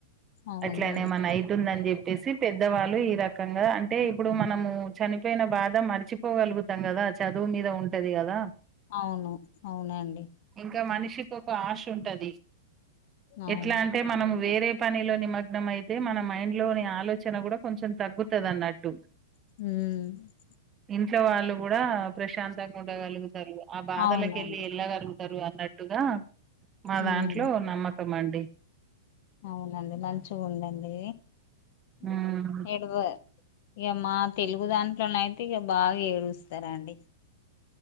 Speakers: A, on the left; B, on the right.
A: అవునండి
B: అట్లనే ఏమన్న అయితుందని చెప్పేసి పెద్దవాళ్ళు ఈ రకంగా అంటే ఇప్పుడు మనము చనిపోయిన బాధ మర్చిపోగలుగుతాం కదా చదువు మీద ఉంటది కదా
A: అవును అవునండి
B: ఇంకా మనిషికి ఒక ఆశ ఉంటది
A: అవును
B: ఎట్లా అంటే మనం వేరే పనిలో నిమగ్నం అయితే మన మైండ్లోని ఆలోచన కూడ కొంచెం తగ్గుతది అన్నట్టు
A: ఉమ్
B: ఇంట్లో వాళ్ళు కూడా ప్రశాంతంగ ఉండగలుగుతరు ఆ బాధలకెళ్ళి
A: అవునండి
B: ఎళ్ళగలుగు తరు అన్నట్టుగా మా
A: ఉమ్
B: దాంట్లో నమ్మకం అండి
A: అవునండి మంచిగ ఉందండి ఇది
B: ఉమ్
A: ఏడువ ఇగ మా తెలుగు దాంట్లోనయితే ఇగ బాగ ఏడుస్తరండి